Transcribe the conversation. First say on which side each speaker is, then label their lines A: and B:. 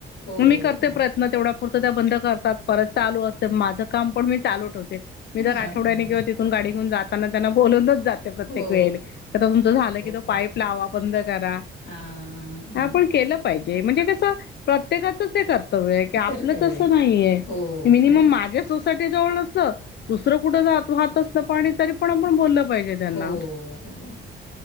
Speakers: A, on the left; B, on the left.
A: हो,
B: मग मी करते
A: हो.
B: प्रयत्न तेवढा त्या बंद करतात परत चालू असतय माझं काम पण मी चालू ठेवते मी तर
A: हां.
B: आठवड्यानी किंवा तिथून गाडी घेऊन जाताना त्यांना बोलत पण जाते प्रत्येक
A: हो,
B: वेळेला तर तुमचं झालं की तो
A: हो.
B: पाईप लावा किंवा बंद करा.
A: हां, हां.
B: आपण केलं पाहिजे म्हणजे कसं प्रत्येकाचच हे कर्तव्य आहे की आपलंच
A: कर्तव्य.
B: असं नाहीे
A: हो,
B: मिनिमम
A: हो.
B: माझ्या सोसायटी जवळ नसत दुसर कुठ जर वाहत असत पाणी तरी पण आपण बोल पाहिजे त्यांना
A: हो, हो.